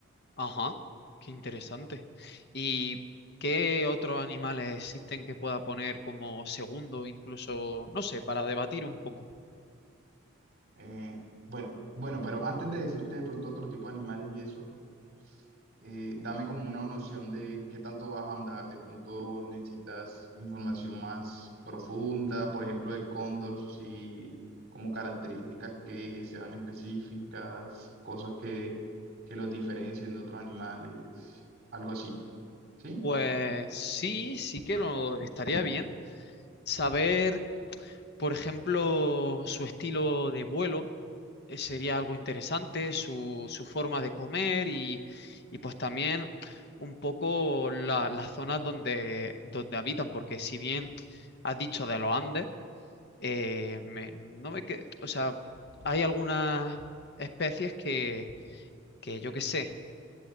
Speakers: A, on the left; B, on the right.
A: Ajá. Qué interesante. ¿Y qué otros animales existen que pueda poner como segundo, incluso, no sé, para debatir un poco?
B: Eh, bueno, bueno, pero antes de decirte de pronto otro tipo de animales y eso, eh, dame como una noción de qué tanto vas a ahondar. De pronto necesitas información más profunda, por ejemplo, del cóndor, si como características que sean específicas, cosas que, que los diferencien de otros animales, algo así, ¿sí?
A: Pues sí, sí que lo estaría bien. Saber, por ejemplo, su estilo de vuelo eh, sería algo interesante, su, su forma de comer y, y pues también un poco la- las zonas donde, donde habitan, porque si bien has dicho de los Andes, eh, me- no me que, o sea, hay algunas especies que, que yo qué sé,